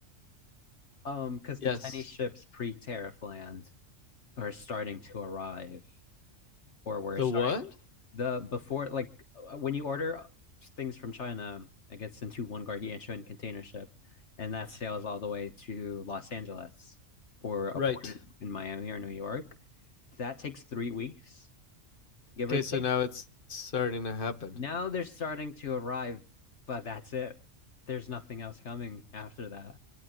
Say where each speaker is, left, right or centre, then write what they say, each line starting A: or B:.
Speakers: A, on the left; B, on the left.
A: um, because
B: yes.
A: the Chinese ships pre-tariff land are starting to arrive, or were
B: The what?
A: the before like uh, when you order things from China, it gets into one gargantuan container ship, and that sails all the way to Los Angeles or a
B: Right.
A: port in, Miami or New York. That takes three weeks, give
B: Okay,
A: or take.
B: so now it's starting to happen.
A: Now they're starting to arrive, but that's it. There's nothing else coming after that.